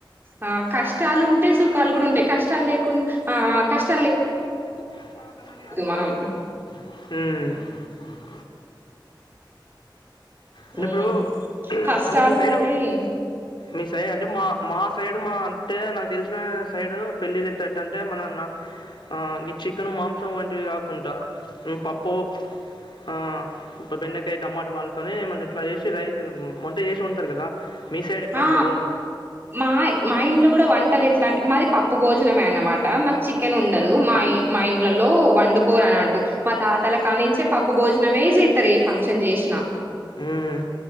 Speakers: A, on the right; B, on the left.
A: ఆ కష్టాలు ఉంటాయి సుఖాలు కూడా ఉంటాయి కష్టాలు లేకున్ కష్ట
B: మ్మ్
A: మనం
B: అంటే
A: ఉమ్,
B: ఇప్పుడు
A: కష్టాలు
B: అంటే మీ సైడు
A: ఉంటాయి
B: మీ సైడ్ అంటే అంటే మా మా సైడు మా అంటే నాకు తెలిసిన సైడు పెళ్ళిళ్ళు ఎట్లట్ల అంటే మన నా ఆ ఈ చికెన్ మాంసం వంటివి కాకుంటారు పప్పు ఆ బెండకాయ టమాటా వాళ్ళతోనే మన ఇట్లా చేసి రైస్ అంటే చేసి ఉంటారు కదా మీ సైడ్ ఎట్లా వండుతారు
A: ఆ
B: అని
A: మా మా ఇంట్లో కూడా వంటలు ఎట్లా అంటే మాది పప్పు భోజనమే అన్నమాట మాకు చిక్ న్ ఉండదు మా మా ఇండ్లలో వండుకోరు అని అట్టు మా తాతల కానించే పప్పు భోజనమే చేస్తారు ఏ ఫంక్షన్ చేసిన
B: మ్మ్,